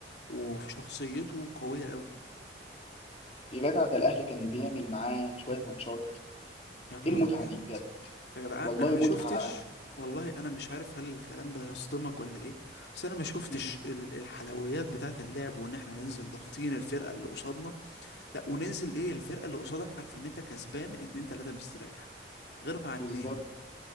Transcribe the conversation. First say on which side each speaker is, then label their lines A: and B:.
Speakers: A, on the left; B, on the left.
A: وشخصيته قويه قوي
B: يا جدع ده الاهلي كان بيعمل معاه شويه ماتشات
A: يا نهار
B: ايه المتعه
A: ابيض
B: دي بجد
A: يا جدعان
B: والله
A: انا ما
B: متعه
A: شفتش والله انا مش عارف هل الكلام ده هيصدمك ولا ايه بس انا ما شفتش
B: مم.
A: ال- الحلويات بتاعه اللعب وان احنا ننزل ضاغطين الفرقه اللي قصادنا لا وننزل ايه الفرقه اللي قصادك عارفه ان انت كسبان اتنين تلاته مستريح غير مع اتنين
B: بالظبط